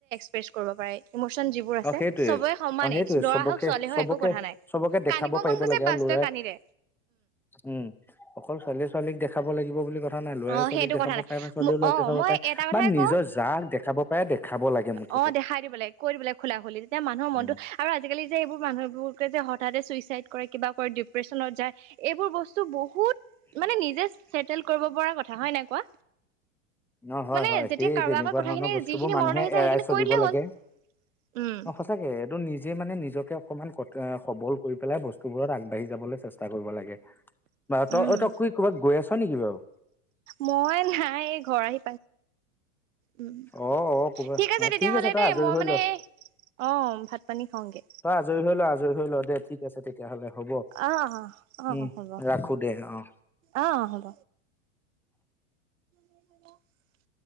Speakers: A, on the right (about 85°); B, in the centre.
A: প্ৰেছ কৰিব পাৰে। ইমচন যিবোৰ আছে
B: অ সেইটোৱে
A: চবে সমানেই
B: অ সেইটোৱে
A: ল'ৰা
B: চবকে
A: হওক ছোৱালী হওক
B: চবকে
A: একো কথা নাই
B: চবকে দেখাব
A: মন
B: পাৰিব
A: গৈছে।
B: লাগে আৰু ল'ৰাই
A: কানিৰে,
B: উম অকল ছোৱালী ছোৱালীক দেখাব লাগিব বুলি কথা। কথা নাই ল'ৰা
A: অ
B: ছোৱালীক
A: সেইটো
B: দেখাব
A: কথা নাই
B: পাৰে বা ছোৱালীও লক
A: অ
B: দেখাব
A: মই
B: পাৰে
A: এটা কথাই
B: বা নিজৰ
A: কওঁ
B: যাক দেখাব পাৰে দেখাব লাগে মুঠ
A: অ' দেখাই দিব ল কৈলে খোলা হ'ল তেতিয়া মানুহৰ মনতটো
B: উম
A: আৰু আজিকালি যে এইবোৰ মানুহবোৰকে যে হঠাতে চুইচাইড কৰে। কিবা ডিপ্ৰচনত যায় এইবোৰ বস্তু বহুত মানে নিজেল কৰিব। পৰা কথা হয় ন কোৱা।
B: ন হয়
A: মানে
B: হয়
A: যেতিয়া
B: সেই
A: কাৰোবাৰ
B: তেনেকুৱা
A: আগত কথাখিনি
B: ধৰণৰ বস্তুবোৰ
A: যিখিনি
B: মানুহে
A: মনত আহিছে
B: এৰাই
A: সেইখিনি
B: চলিব
A: কৈ দিলেই
B: লাগে।
A: হ'ল উম
B: অ' সচাকে। এইটো নিজে মানে নিজকে অকনমান সবল কৰি পেলাই বস্তু বোৰ আগবাঢ়ি যাবলৈ চেষ্টা কৰিব লাগে। বাৰু তই,
A: উম
B: তই ক'ৰবাত গৈ আছ নেকি বাৰু?
A: মই নাই ঘৰ আহি উম।
B: অ অ ক'ৰবাত
A: ঠিক আছে
B: অ
A: তেতিয়াহলে
B: তই
A: দেই
B: আজৰি
A: মই
B: হৈ
A: মানে
B: ল
A: অঁ' ভাত পানী খওঁগে
B: তই আজৰি হৈ ল হৈ ল দে ঠিক আছে তেতিয়াহলে হ'ব।
A: অ অ অ
B: উম,
A: হ'ব
B: ৰাখো দে উম।
A: অ' হ'ব। <inaudible>